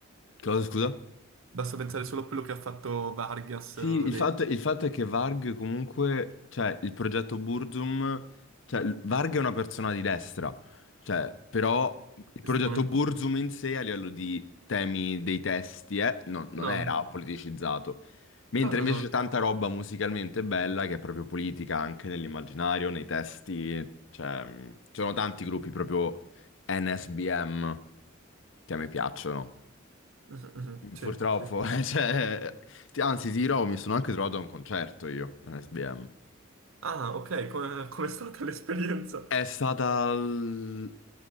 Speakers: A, on the left; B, on the right.
A: Cosa, scusa?
B: Basta pensare solo a quello che ha fatto Vargas
A: Sì,
B: eh,
A: il
B: de-
A: fatto, il fatto è che Varg comunque, cioè il progetto Burzum, cioè l- Varg è una persona di destra, cioè però il progetto
B: estremamente.
A: Burzum in sé a livello di temi dei testi eh, non, non
B: No,
A: era
B: no,
A: politicizzato, mentre
B: no, no.
A: invece
B: no,
A: c'è tanta roba musicalmente bella che è proprio politica anche nell'immaginario, nei testi, cioè mh, ci sono tanti gruppi proprio NSBM che a me piacciono.
B: Mhm, mhm, Sì,
A: Purtroppo,
B: sì, sì.
A: <laughs> eh, cioè, ti- anzi, ti dirò, mi sono anche trovato a un concerto io, un SBM.
B: Ah, ok, come com'è stata <laughs> l'esperienza?
A: È stata l-